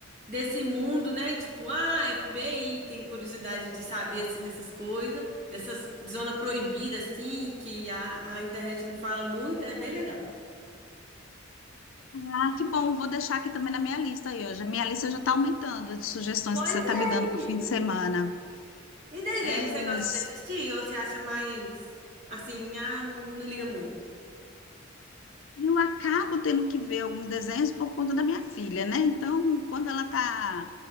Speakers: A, on the right; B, on the left.
A: desse mundo, né? Tipo, ah, FBI, quem curiosidade de saber assim dessas coisas, dessas zona proibida assim, que a, a internet não fala muito, é bem legal.
B: Ah, que bom. Vou deixar aqui também na minha lista aí hoje. A minha lista já está aumentando de sugestões
A: Pois
B: que você está
A: é,
B: me dando
A: menina.
B: para o fim de semana.
A: E desenho,
B: É,
A: você gosta
B: s-
A: de assistir ou você acha mais assim, ah, não, não liga muito?
B: eu acabo tendo que ver alguns desenhos por conta da minha filha, né? Então, quando ela está